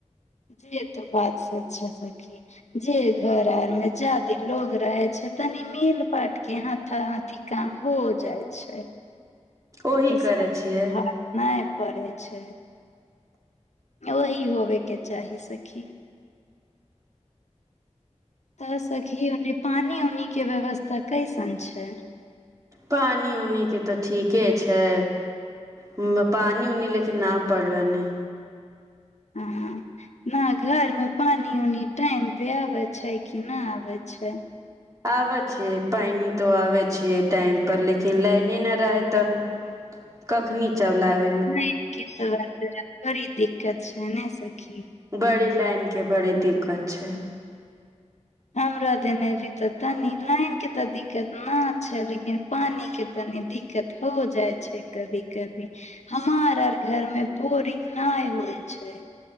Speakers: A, on the left (about 70°); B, on the right (about 25°).
A: से ते बात सच छः सखी जे घर आर में जादे लोग रहे छै तनी मिल बाट के हाथा हाथी काम हो जाइ छै
B: ओही
A: तऽ
B: करै
A: सब
B: छियै
A: पर भार नहि पड़ै छै अल ही होबय के चाही सखी तऽ सखी ओनो पानी उानिके व्यवस्था कैसन छै
B: पानी उनि के तऽ ठीके छै हु पानी उनी लेकिन न पड़लौ एने
A: हँ न घर मे पानी उनि टाइम पर आबै छै कि न आबै छै
B: आबे छीयै पैनी तो आबे छीयै टाइम पर लेकिन लाइने न रहे तऽ कखनी चबलाब
A: नहि कि तबे बड़ी दिक्कत छै नै सखी
B: बड़ी लाइन के बड़ी दिक्कत छै
A: हमरो देने अभी तऽ तनी लाइन के ते दिक्कत न छै लेकिन पानी के तनी दिक्कत हो जाइ छै कभी कभी हमार आर घर मे बोरिंग न होइ छै